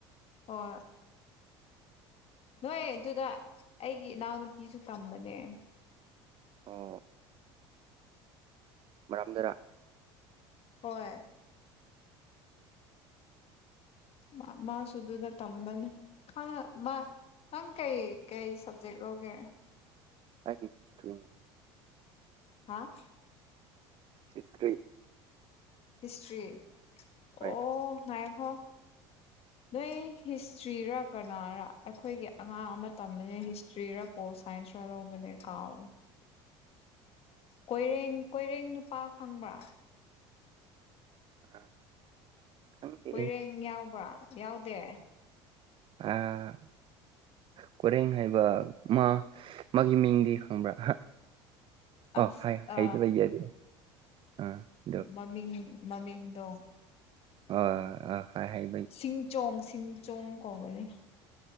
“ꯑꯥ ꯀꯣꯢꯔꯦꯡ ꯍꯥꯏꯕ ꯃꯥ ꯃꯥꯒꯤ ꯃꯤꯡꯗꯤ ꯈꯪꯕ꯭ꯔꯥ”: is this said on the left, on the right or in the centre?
Right